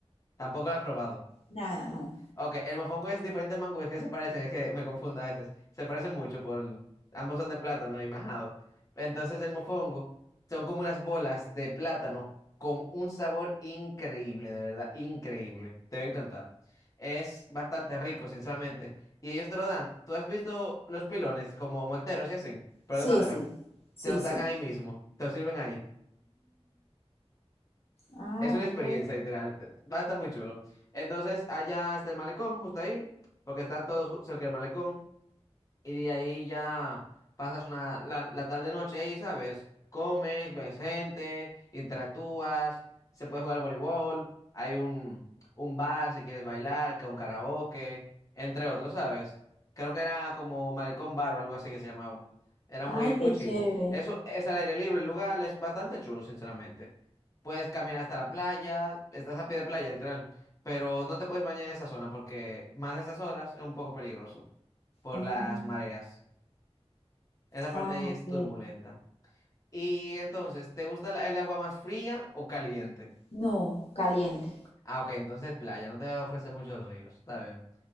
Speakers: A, on the left (about 30°); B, on the left (about 70°).
A: Tampoco lo he probado.
B: Nada, no.
A: Ok, el mofongo es diferente al mango, es que se parecen, es que me confundo a veces. Se parecen mucho por, ambos son de plátano y majado. Entonces el mofongo son como unas bolas de plátano con un sabor increíble, de verdad, increíble. Te va a encantar. Es bastante rico, sinceramente. Y ellos te lo dan. ¿Tú has visto los pilones como molteros y así? Pero
B: Sí,
A: de madera.
B: sí, sí,
A: Te los
B: sí.
A: dan ahí mismo, te los sirven ahí.
B: Ah,
A: Es una
B: ok.
A: experiencia, literal. de- Va a estar muy chulo. Entonces, allá está el malecón, justo ahí, porque están todos ju- cerca del malecón. Y de ahí ya pasas una, la, la tarde noche ahí, ¿sabes? Comes, ves gente, interactúas, se puede jugar voleibol, hay un, un bar si quieres bailar, con karaoke, entre otros, ¿sabes? Creo que era como Malecón Bar o algo así que se llamaba. Era muy,
B: Ay,
A: muy
B: qué
A: chill.
B: chévere.
A: Eso es al aire libre, el lugar es bastante chulo, sinceramente. Puedes caminar hasta la playa, estás a pie de playa, literal, pero no te puedes bañar en esa zona porque más a esas horas es un poco peligroso por
B: Mm,
A: las mareas. Esa parte
B: Ah,
A: ahí
B: ok.
A: es turbulenta. Y entonces, ¿te gusta la- el agua más fría o caliente?
B: No, caliente.
A: Ah, ok, entonces playa, no te ofrece muchos ríos, está bien.